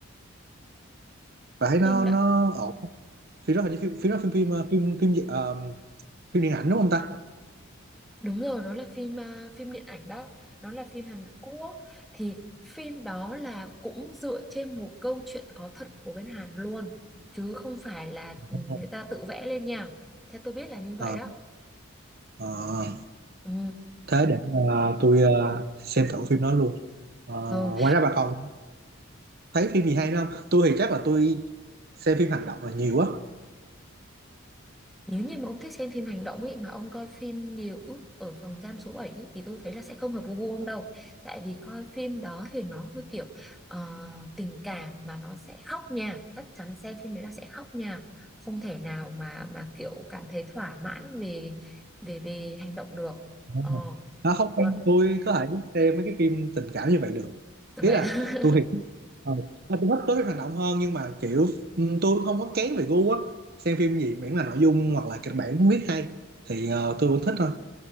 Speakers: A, on the right; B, in the centre.
A: bà thấy nó
B: phim đó
A: nó ổn phim đó hình như phim phim đó phim phim ờ, phim phim gì? ờ, phim điện ảnh đúng không ta
B: Đúng rồi, nó là phim ờ, phim điện ảnh đó, nó là phim Hàn Quốc thì phim đó là cũng dựa trên một câu chuyện có thật của bên Hàn luôn chứ không phải là ừ,
A: Đúng
B: người
A: rồi.
B: ta tự vẽ lên nha. Theo tôi biết là như vậy
A: Ờ,
B: đó.
A: ờ,
B: ừ
A: thế để ờ, tôi ờ, xem thử phim đó luôn Ờ,
B: Ừ.
A: ngoài ra bà còn thấy phim gì hay nữa không tôi thì chắc là tôi xem phim hành động là nhiều á
B: Nếu như mà ông thích xem phim hành động ấy mà ông coi phim Điều ước ở phòng giam số 7 ấy, thì tôi thấy là sẽ không hợp với gu ông đâu. Tại vì coi phim đó thì nó hơi kiểu ờ, tình cảm mà nó sẽ khóc nha. Chắc chắn xem phim đấy là sẽ khóc nha. Không thể nào mà mà kiểu cảm thấy thỏa mãn về về về hành động được.
A: Đúng
B: Ờ,
A: rồi. à, không em-
B: còn
A: tôi có thể xem mấy cái phim tình cảm như vậy được
B: vậy
A: ý là
B: <laughs>
A: tôi thì ờ, à, tôi thích tối phim hành động hơn nhưng mà kiểu ừ, tôi không có kén về gu á xem phim gì miễn là nội dung hoặc là kịch bản viết hay thì ờ, tôi vẫn thích thôi